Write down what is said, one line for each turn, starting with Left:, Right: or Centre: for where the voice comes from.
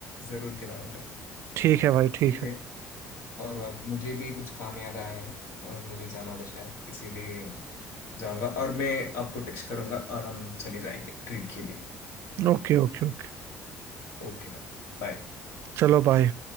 Left: जरूर खिलाऊंगा
Right: ठीक है भाई ठीक
Left: ठीक है
Right: है
Left: और अब मुझे भी कुछ काम याद आया है और मुझे जाना होगा शायद इसीलिए जाऊंगा और मैं आपको टेक्स्ट करूंगा और हम चले जाएंगे ट्रीट के लिए
Right: Okay okay okay
Left: Okay bye बाय
Right: चलो बाय